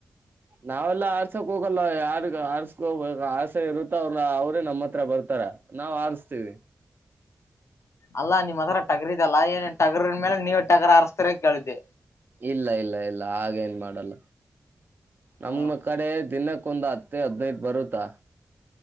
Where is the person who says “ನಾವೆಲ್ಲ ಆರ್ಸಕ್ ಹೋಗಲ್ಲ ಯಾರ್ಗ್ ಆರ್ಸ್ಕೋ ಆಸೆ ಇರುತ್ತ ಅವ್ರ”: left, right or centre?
Right